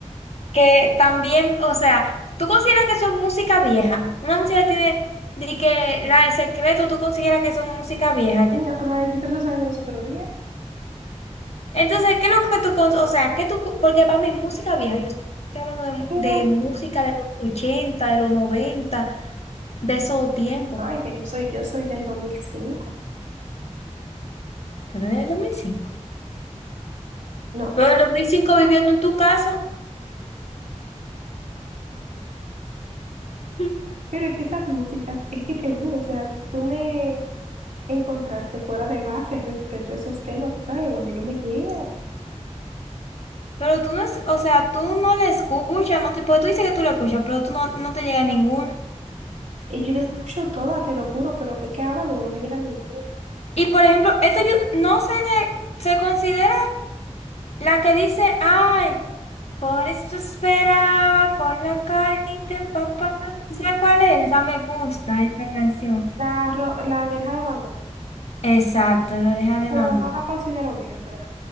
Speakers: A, on the left; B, on the right.
A: que también, o sea, ¿tú consideras que son música vieja? Una música tiene, de que la de secreto, ¿tú consideras que son música vieja ya?
B: Mira, pero la del secreto sale los otros días.
A: Entonces, ¿qué es lo que tú, cons- o sea, qué tú, co- porque para mí música vieja, yo estoy hablando
B: Pero,
A: de, de música de los ochenta de los noventa de esos tiempos.
B: no, es que yo soy, yo soy del dos mil cinco,
A: Pero en el dos mil cinco
B: No,
A: Pero en el 2005 viviendo en tu casa. <laughs>
B: pero es que esas músicas, es que te juro, o sea, tú me encontraste fuera de base respecto a esos temas, porque ay, a mí no me llegan.
A: Pero tú no, es- o sea, tú no la escuchas, no te, porque tú dices que tú la escuchas, pero tú no, no te llega ninguna.
B: Y yo les escucho todas, te lo juro, pero es que ahora mismo no me llegan ninguna.
A: Y por ejemplo, esto yo no se, se considera La que dice, ay, por eso esperaba con la carita empapada. ¿Sabes cuál es? Esa me gusta, esa canción.
B: La, ro- la de Hija de Van Gogh,
A: Exacto, lo deja de
B: pero
A: Bango.
B: no la considero vieja, en verdad.